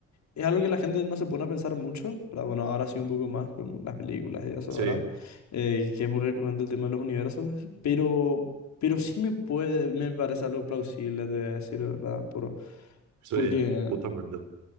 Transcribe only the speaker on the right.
Sí,
sí,
justamente.